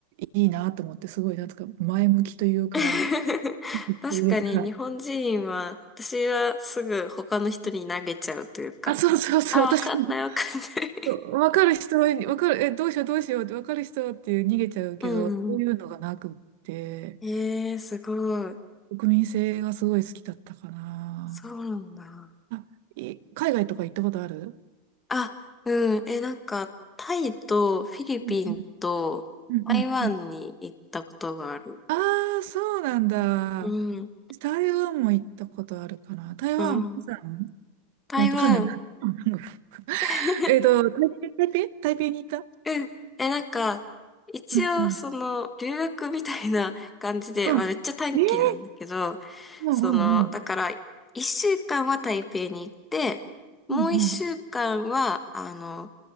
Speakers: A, on the right (about 65°); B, on the left (about 15°).
A: いいなと思って、すごいなんとか前向きというか、
B: <laughs> 確かに日本人は、
A: というか
B: 私はすぐ他の人に投げちゃうというか。
A: あ、そうそうそう、
B: あ、
A: 私も、
B: わかんないわかんない
A: 分かる人は、分かる、え、どうしようどうしようって、分かる人っていう逃げちゃうけど、
B: <laughs> うんうん。
A: そういうのがなくって、
B: ええー、すごい。
A: 国民性がすごい好きだったかな。
B: そうなんだ。
A: あ、い、海外とか行ったことある
B: あ、うん。え、なんか、タイとフィリピンと台湾に行ったことがある。
A: うんうんうんうんああ、そうなんだ。
B: うん。
A: 台湾も行ったことあるかな。台湾、
B: うん。
A: 釜山じ
B: 台湾
A: ゃなくて、釜山じゃない。
B: <laughs>
A: <laughs> えっと、台北、台北、台北に行った
B: うん。え、なんか、一応、
A: うんうん。
B: その、留学みたいな感じで、
A: うん。
B: まあ、めっちゃ短期なんだけど、
A: えー、うんうんうん。
B: その、だから、一週間は台北に行って、もう一週間は、
A: うんう
B: あの、